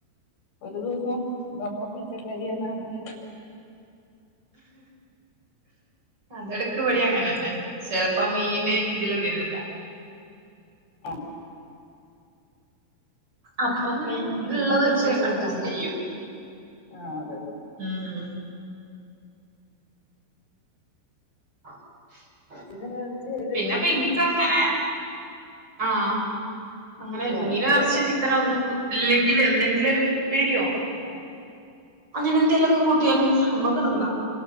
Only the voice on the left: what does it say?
ഒരു ദിവസം ബമ്പം പിച്ചക്കരിയാണ് അർഞമാരി
അഹ്
ഇപ്പഴും മീന്
വിശ്വസിച്ച്
വാങ്ങാൻ വയ്യാ ആ അതെയതെ
ഇതെന്നാ <unintelligible>
പിന്നെ
ഒണക്കലാവും
ആഹ്